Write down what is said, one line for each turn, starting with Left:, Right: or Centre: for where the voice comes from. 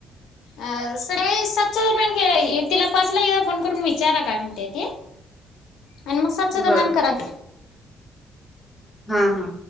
Left: अ सकाळी सातच्या दरम्यान तिला पाचला एकदा फोन करून विचारा काय म्हणते ती आणि मग सातच्या
Centre: बर
Left: दरम्यान करा की
Centre: हा हा